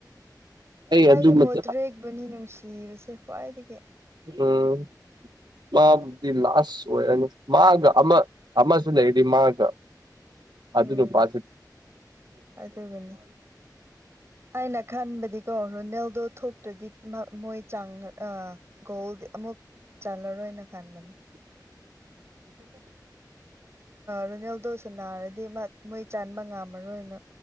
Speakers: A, on the right; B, on the right.
A: ꯑꯩꯗꯤ
B: ꯑꯗꯨ ꯃꯇꯝ
A: ꯃꯣꯗ꯭ꯔꯤꯛꯕꯨꯅꯤ ꯅꯨꯡꯁꯤꯕꯁꯦ ꯈ꯭ꯋꯥꯏꯗꯒꯤ
B: ꯑꯝ ꯃꯥꯕꯨꯗꯤ ꯂꯥꯁ ꯑꯣꯏꯔꯅꯤ ꯃꯥꯒ ꯑꯃ ꯑꯃꯁꯨ ꯂꯩꯔꯗꯤ ꯃꯥꯒ
A: ꯎꯝ
B: ꯑꯗꯨꯅ ꯄꯥꯊ
A: ꯑꯗꯨꯒꯅꯤ ꯑꯩꯅ ꯈ ꯑꯗꯨꯗꯤꯀꯣ ꯔꯣꯅꯦꯜꯗꯣ ꯊꯣꯛꯇ꯭ꯔꯗꯤ ꯃꯣꯏ ꯆꯥꯡ ꯒꯣꯜꯗꯤ ꯑꯃꯨꯛ ꯆꯜꯂꯔꯣꯏꯅ ꯈꯟꯕꯅꯤ
B: ꯎꯝ
A: ꯔꯨꯅꯦꯜꯗꯣꯁꯨ ꯅꯥꯔꯗꯤ ꯃꯣꯏ ꯆꯕ ꯉꯝꯃꯔꯣꯏꯅ